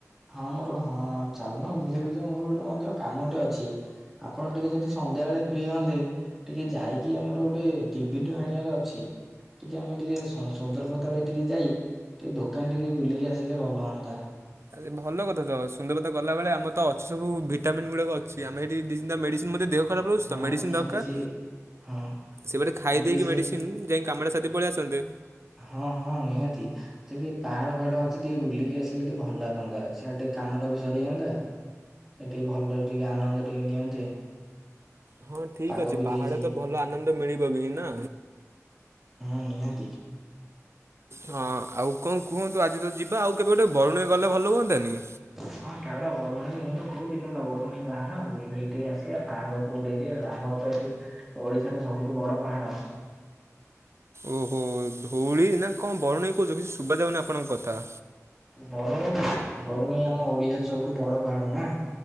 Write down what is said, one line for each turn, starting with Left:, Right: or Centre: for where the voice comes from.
Centre: ହଁ ମୋର ହଁ ଚାଲୁନ ବୁଲିଆକୁ ଯିବା ମୋର ଗୋଟେ ମଧ୍ୟ କାମଟେ ଅଛି। ଆପଣ ଟିକେ ଯଦି ସନ୍ଧ୍ୟାବେଳେ ଫ୍ରି ହଅନ୍ତେ ଟିକେ ଯାଇକି ଆମର ଗୋଟେ ଟିଭିଟେ ଆଣିବାର ଅଛି ଟିକେ ଆମେ ଟିକେ ସନ୍ ସୁନ୍ଦରପଦା ଆଳେ ଟିକେ ଯାଇ ଟିକେ ଦୋକାନଠିକି ବୁଲିକି ଆସିଲେ ଭଲ ହଅନ୍ତା।
Right: ଆରେ ଭଲ କଥା ତ ସୁନ୍ଦରପଦା ଗଲାବେଳେ ଆମର ତ ଅଛି ସବୁ ଭିଟାମିନ୍ ଗୁଡାକ ଅଛି ଆମେ ହେଠି ଦି ତିନଟା ମେଡିସିନ୍ ମଧ୍ୟ ଦେହକ୍ ଖରାପ ରହୁଚି
Centre: ହଁ
Right: ତ ମେଡିସିନ୍
Centre: ନିହାତି
Right: ଦରକାର
Centre: ସେ ହଁ
Right: ସେଇବାଟେ ଖାଇ
Centre: ଆଉ
Right: ଦେଇକି
Centre: ଟିକେ ସେଇ
Right: ମେଡିସିନ୍ ଯାଇଁ କାମଟା ସାରିଦେଇ ପଳିଆସନ୍ତେ।
Centre: ହଁ ହଁ ନିହାତି। ସେଇଠି ବି ପାହାଡ ଫାହାଡ ଅଛି ଟିକେ ବୁଲିକି ଆସିଲେ ଟିକେ ଭଲ ଲାଗନ୍ତା ସିଆଡେ ଟିକେ କାମଟା ବି ସରିଯାଆନ୍ତା ଏ ଟିକେ ଭଲେରେ ଟିକେ ଆନନ୍ଦ ଟିକେ ନିଅନ୍ତେ।
Right: ହଁ ଠିକ୍
Centre: ପାଗ
Right: ଅଛି
Centre: ବି
Right: ପାହାଡେ
Centre: ଦେଇଛି
Right: ତ ଭଲ ଆନନ୍ଦ ମିଳିବ ବି ନା।
Centre: ହୁଁ ନିହାତି।
Right: ହଁ ଆଉ କଁ କୁହନ୍ତୁ ଆଜି ତ ଯିବା ଆଉ କେବେ ଗୋଟେ ବରୁଣେଇ ଗଲେ ଭଲ ହୁଅନ୍ତାନି।
Centre: ହଁ ଚାଲ ବରୁଣେଇ ମୁଁ ତ କହୁଚି ଚାଲ ବରୁଣେଇ ବାହାର ବୁଲିବାଲି ଟିକେ ଆସିଆ ପାହାଡ ଉପ୍ ଉପୁରୁକୁ ଟିକେ ଯିଆ ରାନର ତ ଏଠି ଓଡିଶାରେ ସବୁଠୁ ବଡ ପାହାଡ।
Right: ଉଁ ହୁଁ ଧଉଳି ନା କଁ ବରୁଣେଇ କହୁଚ କିଛି ସୁବାଯାଉନି ଆପଣଙ୍କ କଥା।
Centre: ବରୁଣେଇ ବରୁଣେଇ ଆମ ଓଡିଶାରେ ସବୁଠୁ ବଡ ପାହାଡ ନା।